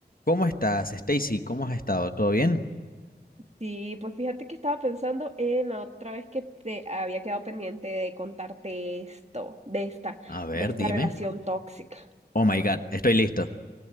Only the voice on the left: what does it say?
¿Cómo estás, Stacy? ¿Cómo has estado? ¿Todo bien?
A ver,
dime.
Oh my God, estoy listo.